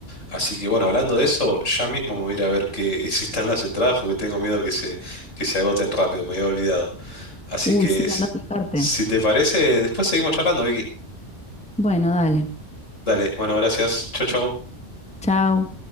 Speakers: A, on the left; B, in the centre.
A: Así que bueno, hablando de eso, ya mismo me voy a ir a ver que <laughs> si están las entradas porque tengo miedo que se, que se agoten rápido, me había olvidado. Así
B: Uy,
A: que
B: sí,
A: s-
B: anda a fijarte.
A: si te parece, después seguimos charlando, Vicky.
B: Bueno, dale.
A: Dale, bueno, gracias. Chau, chau.
B: Chao.